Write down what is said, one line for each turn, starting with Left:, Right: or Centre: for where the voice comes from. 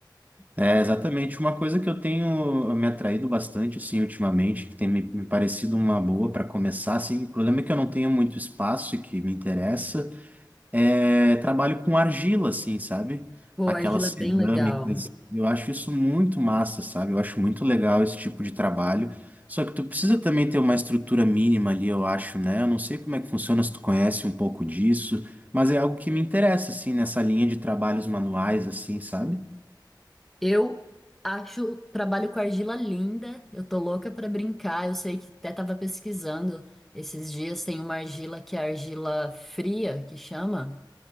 Right: É exatamente uma coisa que eu tenho eh, me atraído bastante, assim, ultimamente, que tem me, me parecido uma boa para começar, assim. O problema é que eu não tenho muito espaço e que me interessa. é, trabalho com argila, assim, sabe?
Centre: Pô,
Right: Aquelas
Centre: argila
Right: cerâmicas.
Centre: é bem legal.
Right: Eu acho isso muito massa, sabe? Eu acho muito legal esse tipo de trabalho. Só que tu precisa também ter uma estrutura mínima ali, eu acho, né? Eu não sei como é que funciona, se tu conhece um pouco disso, mas é algo que me interessa, assim, nessa linha de trabalhos manuais, assim, sabe?
Centre: Eu acho, trabalho com argila linda, eu tô louca pra brincar. Eu sei que até tava pesquisando esses dias, tem uma argila que é argila fria, que chama.